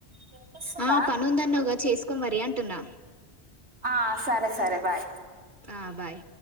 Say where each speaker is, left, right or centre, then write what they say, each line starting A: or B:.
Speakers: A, on the right; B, on the right.
A: వినిపిస్తుందా
B: ఆ పని ఉందన్నగా చేసుకోమరి అంటున్నా
A: ఆ సరే సరే బాయ్
B: ఆ బాయ్